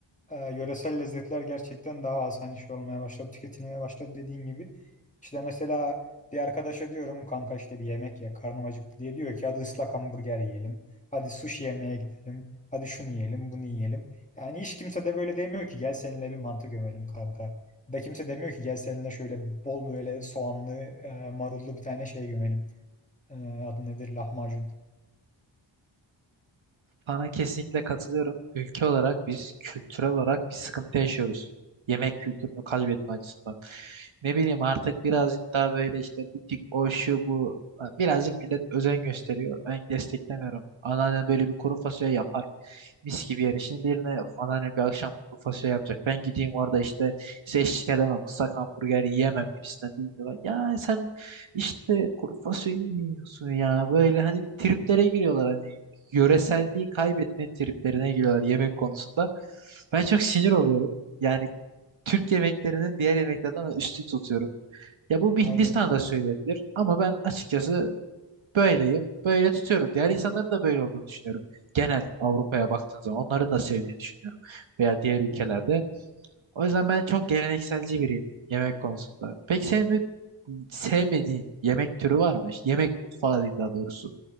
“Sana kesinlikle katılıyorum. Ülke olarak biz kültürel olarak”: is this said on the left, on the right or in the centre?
Right